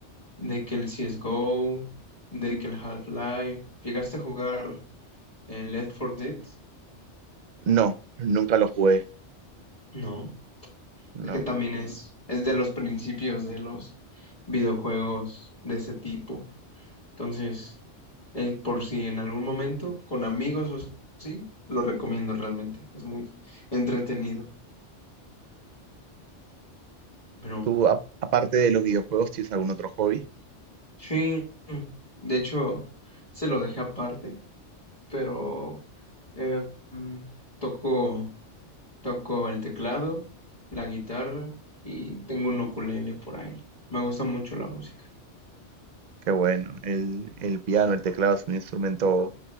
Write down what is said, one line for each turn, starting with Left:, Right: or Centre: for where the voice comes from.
Left: de que el CSGO, de que el Half-Life. ¿Llegaste a jugar el Left 4 Dead?
Right: No, nunca lo jugué.
Left: No.
Right: No.
Left: Es que también es, es de los principios de los videojuegos de ese tipo. Entonces, eh, por si en algún momento, con amigos o así, lo recomiendo realmente. Es muy entretenido. Pero
Right: Tú, a- aparte de los videojuegos, ¿tienes algún otro hobby?
Left: sí, de hecho, se lo dejé aparte, pero eh, mm, toco, toco el teclado, la guitarra y tengo un ukulele por ahí. Me gusta mucho la música.
Right: Qué bueno. El, el piano, el teclado es un instrumento